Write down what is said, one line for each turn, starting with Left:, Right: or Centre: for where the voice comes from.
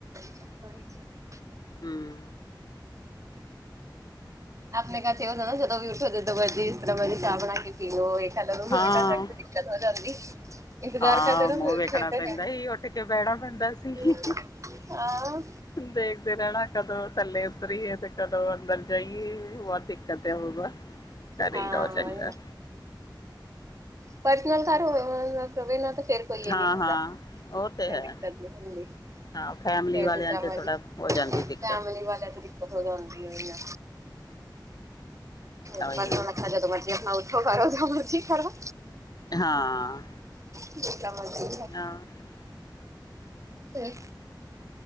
Right: <inaudible>
Left: ਹਮ
Right: ਆਪਣੇ ਕ ਚ ਉਹੁੰ ਨਾ ਜਦੋਂ ਵੀ ਉੱਠੋ ਜੋ ਮਰਜ਼ੀ ਇਸ ਤਰ੍ਹਾਂ ਮਰਜ਼ੀ ਚਾਹ ਬਣਾ ਕੇ ਪੀਓ ਚੱਲ
Left: ਹਾਂ
Right: ਜਾ ਕੇ ਦਿੱਕਤ ਹੋ ਜਾਂਦੀ ਇੱਕਦਾਰ
Left: ਹਾਂ
Right: ਕ ਤੇ
Left: ਮੂੰਹ
Right: ਹੋ
Left: ਵੇਖਣਾ
Right: ਖੇਟ ਨੇ
Left: ਪੈਂਦਾ ਹੀ ਉੱਠ ਕੇ ਬਹਿਣਾ ਪੈਂਦਾ ਸੀ
Right: <unintelligible> ਆਓ
Left: ਦੇਖਦੇ ਰਹਿਣਾ ਕਦੋਂ ਥੱਲੇ ਉਤਰੀਏ ਤੇ ਕਦੋਂ ਅੰਦਰ ਜਾਈਏ ਵਧ ਦਿੱਕਤ ਹੈ ਬਗਾ ਘਰੇ
Right: ਹਾਂ
Left: ਹੀ ਰਹੋ ਚੰਗਾ
Right: ਪਰਸਨਲ ਘਰ ਹੋਇ <unintelligible> ਨਾ ਤਾਂ ਫਿਰ ਕੋਈ ਇਹ
Left: ਹਾਂ
Right: ਨਹੀਂ ਹੁੰਦਾ
Left: ਹਾਂ ਉਹ
Right: ਤੇ
Left: ਹੈ
Right: ਦਿੱਕਤ ਨੀ ਹੁੰਦੀ
Left: ਹਾਂ ਫੈਮਲੀ
Right: ਫੇਰ
Left: ਵਾਲਿਆਂ
Right: ਜਿਸਤਰਾਂ
Left: ਚ
Right: ਮਰਜੀ
Left: ਥੋੜਾ ਹੋ ਜਾਂਦੀ ਦਿੱਕਤ
Right: ਫੈਮਲੀ ਵਾਲੇ ਤੇ ਦਿੱਕਤ ਹੋ ਜਾਂਦੀਨਾ
Left: ਹਮ
Right: ਪ
Left: ਉਹੀ
Right: <unintelligible>
Left: ਨਾ
Right: ਲੱਖਣਾ ਜਦੋਂ ਮਰਜੀ ਆਪਣਾ ਉਠੋ ਕਰੋ ਜਦੋਂ ਮਰਜ਼ ਕਰੋ
Left: ਹਾਂ
Right: ਜਿਸਤਰਾਂ ਮਰਜੀ ਕਰੋ
Left: ਆਹ
Right: ਤੇ